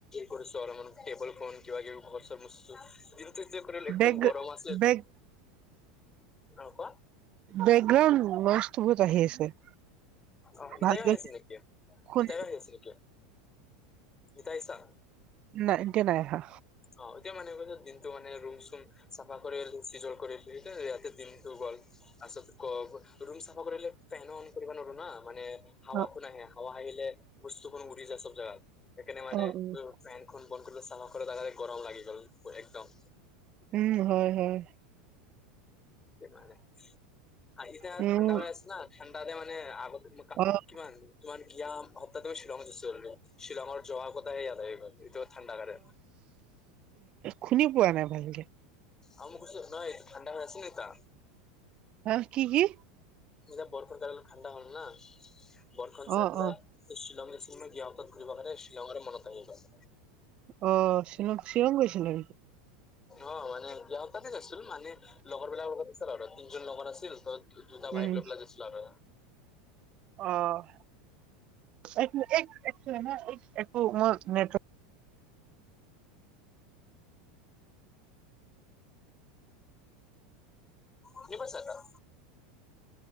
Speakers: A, on the left; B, on the right.
A: কৰিছো আৰু েবুল <unintelligible> ক কিবা কিবি ঘৰ চবো কৰিলে একদম
B: বেগ
A: গৰম আছে
B: বেগ
A: অ কোৱা
B: বেকগ্ৰাউড মাছতো বহুত আহি আছে
A: অ
B: ভালকে
A: ইতাৰ সেইছ <unintelligible> নেকে
B: শুনি
A: ইতাৰ সেইছ <unintelligible> নেকে ইটা আহিছা
B: নাই এতিয়া নাই অহা
A: অ এতিয়া মানে কৈছে দিনটো মানে ৰুম চুম চাফা কৰিল চিজল কৰিল দুইটাই ইয়াতে দিনটো গল আচল ক ৰুম চাফ ন্ধ কৰিলে ফেন অন কৰিব নোৱাৰো না মানে হাৱাকো
B: অ',
A: নাহে হাৱা আহিলে বস্তুখন উৰি যায় সব জাগাত এখে মান
B: অ', অ',
A: ফেনখন বন্ধ কৰি চাফা কৰে তে গৰম লাগি গ'ল একদম
B: উম হয় হয়
A: ইমানে আহিছা
B: উম,
A: ঠাণ্ডা হৈ আছে ন ঠাণ্ডা তে মানে আগত ম
B: অ',
A: কিমান তোমাৰ গিয় <unintelligible> সপ্তাহ তুমি শ্বিলঙত যে চলিব শ্বিলঙৰ জহাৰ কথাাই আায় এইটো ঠাণ্ডা গাৰে
B: খুনি পোৱা নাই ভালকে
A: আম কৈছো নহয় ঠাণ্ডা হৈ আছে নাই কা
B: হেহ কি কি?
A: এতিয়া বৰষন জাক অলপ ঠাণ্ডা হ'ল না, বৰষণ চাই
B: অ',
A: ফেলাই
B: অ',
A: শ্বিলঙৰ চিনেমা গিয়কত ঘুৰিব কাৰণে, শিলঙলে মনত আহি গ'ল।
B: অ', শ্বিল, শ্বিলং গৈছিলে?
A: অ', মানে যোৱা সপ্তাহতে গৈছিল মানে, লগৰ বিলাকৰ লগত আছিল আৰু, তিনজন লগৰ আছিল। ত' দুতা
B: উম,
A: বাইক লৈ পেলাই গৈছিলো আৰু।
B: অ'। এক মি এক এক ছেকেণ্ড হা, এক একো মই নেট'
A: চিনি পাইছা তাক?